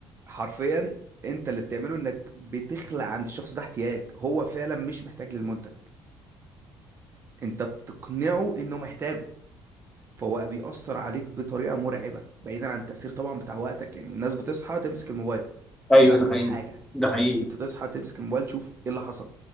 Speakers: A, on the right; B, in the centre.
A: حرفيا انت اللي بتعمله انك بتخلق عند الشخص ده احتياج هو فعلا مش محتاج للمنتج انت بتقنعه انه محتاجه فهو بقى بيأثر عليك بطريقة مرعبة بعيدا عن التأثير طبعا بتاع وقتك يعني الناس بتصحى تمسك الموبايل
B: ايوه
A: اول
B: ده حقيقي
A: حاجة
B: ده حقيقي
A: انت تصحى تمسك الموبايل تشوف ايه اللي حصل